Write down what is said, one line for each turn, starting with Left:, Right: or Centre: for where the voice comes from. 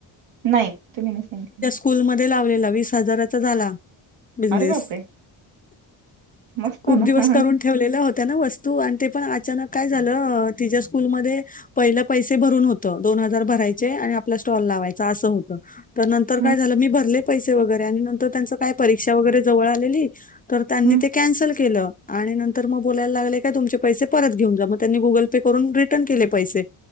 Right: नाही. तुम्ही नायं सांगितलं.
Left: कूलमध्ये लावलेला. वीस हजाराचा झाला. बिझनेस
Right: अरे बापरे मस्त
Left: खूप
Right: ना
Left: दिवस
Right: हा हा
Left: करून ठेवलेल्या होत्या ना वस्तू, आणि ते पण अचानक काय झालं तिच्या स्कूलमध्ये पहिलं पैसे भरून होतं. दोन हजार भरायचे. आणि आपला स्टॉल लावायचा. असं होतं. त नंतर
Right: हम्म,
Left: काय झालं, मी भरले पैसे वगैरे आणि नंतर, त्यांच काय परीक्षा वगैरे जवळ आलेली तर त्या
Right: हम्म,
Left: ते कॅन्सल केल. आणि नंतर, म बोलायला लागले काय तुमचे पैसे परत घेऊन जा, मग त्यांनी गूगल पे करून रिटर्न केले पैसे.